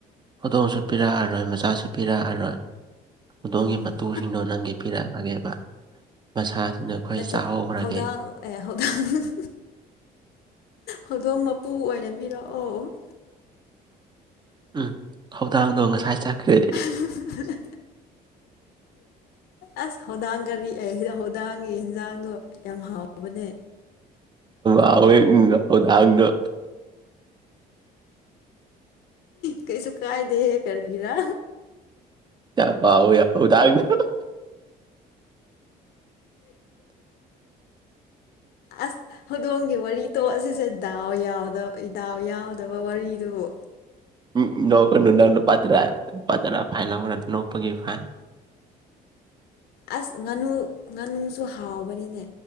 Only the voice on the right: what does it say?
ꯍꯧꯗꯣꯡꯁꯨ ꯄꯤꯔꯛꯑꯔꯣꯏ ꯃꯆꯥꯁꯨ ꯄꯤꯔꯛꯑꯔꯣꯏ ꯑꯗꯣꯝꯒꯤ
ꯃꯇꯨꯁꯤꯡꯗꯣ ꯅꯪꯒꯤ ꯄꯤꯔꯛꯑꯒꯦꯕ ꯃꯁꯥꯁꯤꯡꯅ ꯑꯩꯈꯣꯏ
ꯆꯥꯍꯧꯈ꯭ꯔꯒꯦ
ꯎꯝ ꯈꯧꯗꯥꯡꯗꯣ ꯉꯁꯥꯏ ꯆꯠꯈ꯭ꯔꯦꯦl
ꯑ ꯍꯦꯛꯒ ꯍꯗꯥꯡꯗꯣ
ꯆꯄꯎ ꯌꯥꯎ ꯊꯥꯡ <unintelligible> <inaudible>
ꯎꯝ ꯅꯣꯛꯄꯅꯨ ꯅꯪ ꯂꯨꯄꯥ ꯇꯔꯥ ꯂꯨꯄꯥ ꯇꯔꯥ ꯐꯥꯏ ꯂꯧꯈꯔ ꯅꯣꯛꯄꯒꯤ ꯐꯥꯏꯜ